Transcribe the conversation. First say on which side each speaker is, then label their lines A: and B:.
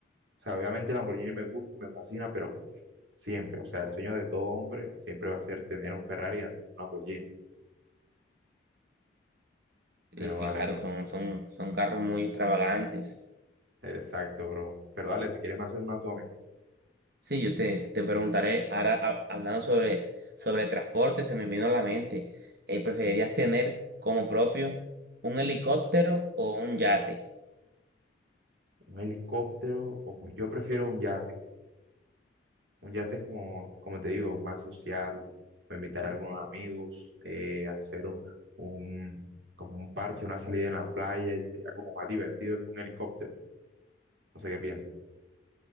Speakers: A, on the right; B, on the right.
A: sea, obviamente el Lamborghini me gusta y me fascina, pero siempre, o sea, el sueño de todo hombre siempre va a ser tener un Ferrari antes que un Lamborghini.
B: Y
A: Pero
B: claro,
A: vale, bro.
B: son, son, son carros muy extravagantes.
A: Exacto, bro. Pero dale, si quieres me haces una tú a mí.
B: Sí, yo te, te preguntaré, ahora hab- hablando sobre, sobre transporte, se me vino a la mente, eh, ¿preferirías tener como propio un helicóptero o un yate?
A: ¿Un helicóptero o yo prefiero un yate? Un yate es como, como te digo, más social, o invitar a algunos amigos, eh, hacer un, un- como un parche, una salida en la playa y sería como más divertido que un helicóptero. No sé qué piensas.